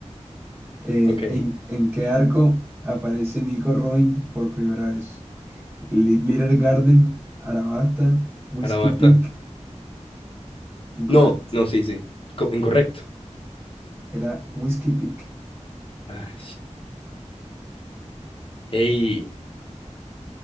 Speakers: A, on the right; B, on the left.
A: Eh,
B: Ok,
A: ¿en, en qué arco aparece Nico Robin por primera vez? Li- Little Garden, Arabasta, Whiskey
B: ahora basta.
A: Peak. Incorrecto.
B: No, no, sí, sí. Co- incorrecto.
A: Era Whiskey Peak.
B: Ay, Hey,